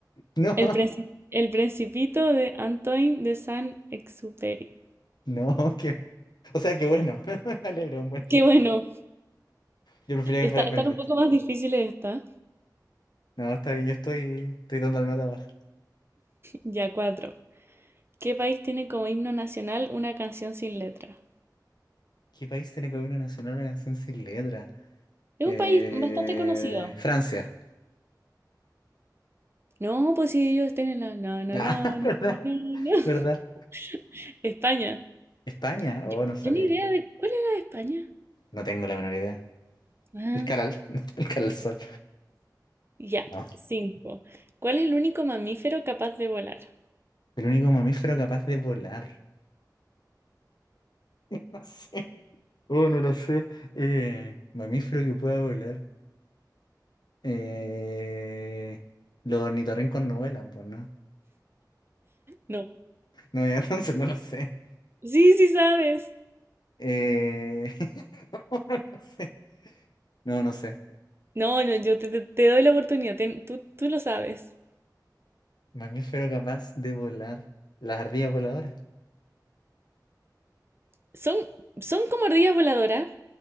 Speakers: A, on the left (about 70°); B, on the right (about 35°).
A: No,
B: El princi- el Principito de Antoine de Saint-Exupéry.
A: <laughs> no, que. O sea, qué bueno. <laughs> Me alegro, un buen
B: Qué
A: libro.
B: bueno.
A: Yo prefería que
B: Está,
A: fuera el
B: están
A: Manifiesto.
B: un poco más difíciles estas.
A: No, está bien, yo estoy, estoy dando la nota baja.
B: Ya, cuatro. ¿Qué país tiene como himno nacional una canción sin letra?
A: ¿Qué país tiene como himno nacional una canción sin letra?
B: Es
A: Eh,
B: un país bastante conocido.
A: Francia.
B: No, pues sí, ellos tienen la... No, no,
A: Ah,
B: no, no,
A: <laughs> ¿verdad?
B: no, no, no.
A: ¿Verdad?
B: <laughs> España.
A: España. Oh,
B: Yo,
A: no sabía.
B: yo ni idea de... ¿Cuál es la de España?
A: No tengo la menor idea.
B: Ah,
A: El caral. <laughs> El caralzón.
B: ya,
A: No.
B: cinco. ¿Cuál es el único mamífero capaz de volar?
A: El único mamífero capaz de volar. <laughs> No sé. Oh, no lo sé. Eh, mamífero que pueda volar. Eh, los ornitorrincos no vuelan, pues no.
B: No.
A: No, ya <laughs> entonces no lo sé.
B: Sí, sí sabes.
A: Eh, <laughs> no, no lo sé. No, no sé.
B: No, no, yo te, te- te doy la oportunidad. ten- tú, tú lo sabes.
A: Mamífero capaz de volar. Las ardillas voladoras. <laughs>
B: Son, son como ardillas voladoras.